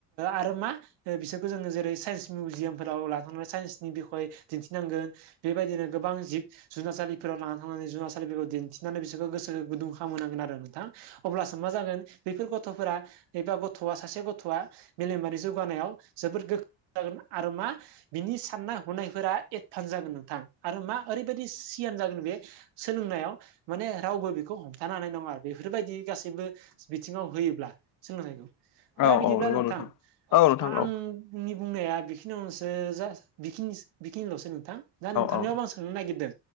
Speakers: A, on the right (about 85°); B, on the left (about 50°).
A: आरो मा ओ बिसोरखौ जोङो जेरै साइन्स मिउजियामफोराव लांनानै साइन्सनि बिखय दिन्थिनांगोन बेबायदिनो गोबां जिब जुनारसालिफोराव लानानानै थांनानै जुनारसालिफोरखौ दिन्थिनानै बिसोरखौ गोसो गुदुं खालामहोनांगोन आरो नोंथां। अब्लासो मा जागोन बैफोर गथ'फोरा एबा गथ'आ सासे गथ'आ मेलेमारि जौगानायाव जोबोद गो ख्रों जागोन आरो मा बिनि साननाय हनायफोरा एडभान्स जागोन नोंथां। आरो मा ओरैबायदि सियान जागोन बे सोलोंनायाव माने रावबो बेखौ हमथानो हानाय नङा। बेफोरबायदि गासैबो बिथिङाव होयोब्ला सोलोंथाइखौ
B: औ
A: दा बिदिब्ला
B: औ नंगौ
A: नोंथां आ-आं
B: औ नोंथां औ
A: आंनि बुंनाया बेखिनियावनोसो जा बेखिनि-बेखिनिल'सो नोंथां। दा नोंथांनियावबो
B: औ
A: आं सों नो नागिरदों